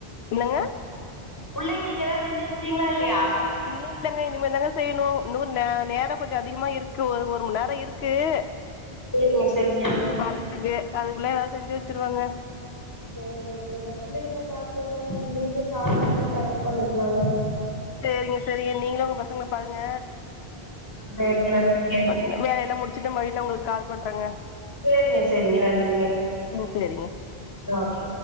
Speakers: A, on the left; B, on the left.
A: என்னங்க
B: புள்ளைங்களுக்கு எதாவ்து செஞ்சு வச்சுட்டீங்ளா இல்லயா
A: இன்னும் இல்லங்க இனிமே தாங்க செய்னோ இன்னும் ந நேரம் கொஞ்சம் அதிகமா இருக்கு ஒரு ஒரு மண் நேரம் இருக்கு <inaudible>
B: சேரிங்க செய்ங்க
A: வரத்துக்கு அதுக்குள்ள எதாவ்து செஞ்சி வச்சுருவங்க
B: சேரிங்க சேரிங்க பிள்ளைங்க பாத்துங்க இன்மேந்து கால் வந்தா கனெக்ட் பண்ணிக்கலாங்க
A: சேரிங்க சேரிங்க நீங்ளு உங்க பசங்கள பாருங்க
B: சேரிங்க நன்றிங்க
A: வெ வேலயெல்லா முடிச்சுட்டு மறுப்யு நா உங்களுக்கு கால் பண்றங்க
B: சேரிங்க செரிங்க நன்றிங்க
A: ம் சேரிங்க
B: ஓகே